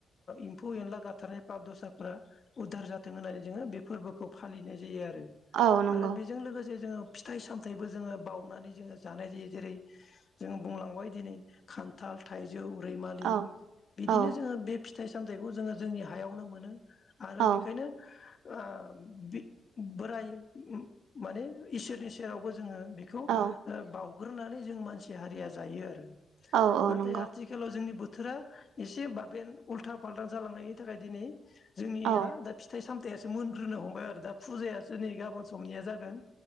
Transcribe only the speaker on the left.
एम्फौ एनला गाथारनाय पाब दस्राफोरा उधार जाथों होननानै जोङो बे फोरबोखौ फालिनाय जायो आरो
आरो बेजों लोगोसे जोङो फिथाइ सामथायाइबो जोङो बावनानै जोङो जानाय जायो जेरै जोङो बुंलांबाय दिनै खान्थाल थाइ जौ रैमालि
बिदिनो
जोङो बे फिथाइ सामथायखौ जोङो जोंनि हायावनो मोनो आरो
बेखायनो ओ बि बोराय माने इसोरनि सेरावबो जोङो बेखौ ओ
बाव गुरनानै जों मानसि हारिया जायो आरो।
नाथाय
आथिखालाव जोंनि बो बोथोरा एसे बाबेन उल्था फाल्थां जालांनायनि थाखाय दिनै जोंनिया
दा फिथाइ साम दाइयासो मोनग्रोनो हमबाय आरो दा फुजायासो नै गाबोन समनिया जागोन।